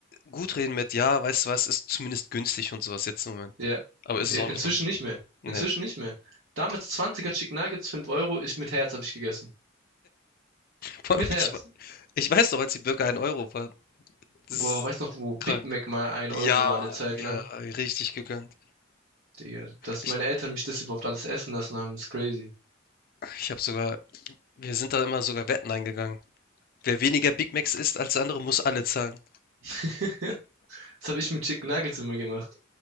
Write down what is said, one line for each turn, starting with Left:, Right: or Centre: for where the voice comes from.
Left: gut reden mit, ja, weißt du was, ist zumindest günstig und sowas jetzt im Moment.
Right: Ja.
Left: Aber
Right: Nee,
Left: ist es auch
Right: Inzwischen
Left: nicht mehr.
Right: nicht mehr.
Left: Nee.
Right: Inzwischen nicht mehr. Damals zwanziger Chicken Nuggets, 5 Euro, ich mit Herz habe ich gegessen.
Left: Vor
Right: Mit
Left: allem,
Right: Herz.
Left: ich wei ich weiß noch, als die Burger 1 € waren. Das
Right: Boah,
Left: ist
Right: weiß noch, wo Big
Left: krank.
Right: Mac mal ein
Left: Ja,
Right: Euro war eine Zeit
Left: wir
Right: lang.
Left: richtig gegönnt.
Right: Digga, dass
Left: Ich
Right: meine Eltern mich das überhaupt alles essen lassen haben, ist crazy.
Left: ich habe sogar wir sind da immer sogar Wetten eingegangen. Wer weniger Big Macs isst als der andere, muss alle zahlen.
Right: <laughs> Das habe ich mit Chicken Nuggets immer gemacht.